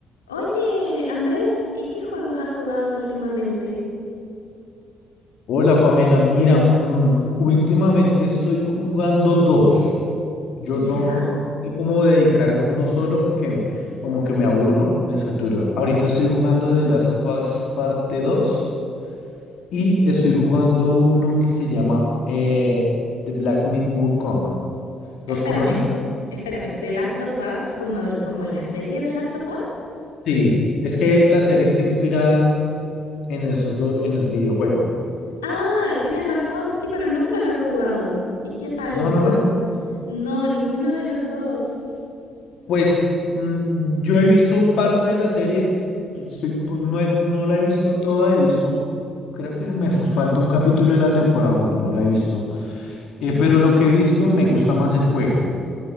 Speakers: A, on the left; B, on the left.
A: Oye, Andrés, ¿y qué juegos has jugado últimamente?
B: Hola Pamela, mira, mm, últimamente estoy jugando dos. Yo
A: ¿Ya?
B: no, no sé cómo dedicarme a uno solo porque como que me aburro, me saturo. Ahorita estoy jugando The Last of Us parte 2 y estoy jugando uno que se llama eh, The Black Myth Wukong. ¿Los
A: Espérame,
B: conoces?
A: espérame. ¿The Last of Us como, el- como la serie The Last of Us?
B: Sí, es que la serie está inspirada en esos dos, en el videojuego.
A: Ah, tienes razón, sí, pero nunca lo he jugado. ¿Y qué tal
B: No, no,
A: tú
B: no.
A: has visto? No, ninguno de los dos.
B: Pues mm, yo he visto parte de la serie, estoy, po- no, he- no la he visto toda, he visto, creo que me fa- falta un capítulo de la temporada uno, no la he visto, Eh, pero lo que he visto me gusta más el juego.